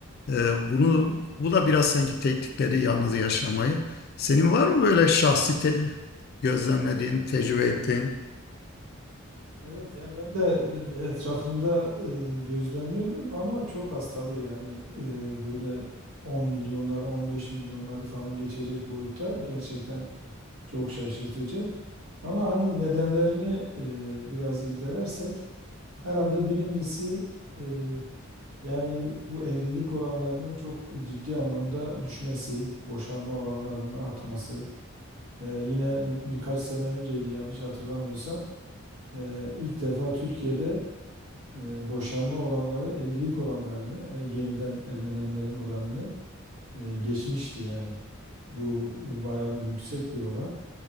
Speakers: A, on the left; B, on the right.
A: e, bunu bu da biraz sanki tetikledi yalnız yaşamayı. Senin var mı böyle şahsi te- gözlemlediğin, tecrübe ettiğin?
B: Evet ya ben de etrafımda e, gözlemliyordum ama çok az tabii yani e, böyle 10 milyonları 15 milyonları falan geçecek boyutta gerçekten çok şaşırtıcı. Ama hani nedenlerini e, biraz irdelersek herhalde birincisi e, yani bu evlilik oranlarının çok ciddi anlamda düşmesi, boşanma oranlarının artması. E, yine bir, birkaç sene önceydi yanlış hatırlamıyorsam e, ilk defa Türkiye'de e, boşanma oranları evlilik oranlarını e, yeniden evlenenlerin oranını e, geçmişti yani. Bu, bu bayağı bir yüksek bir oran.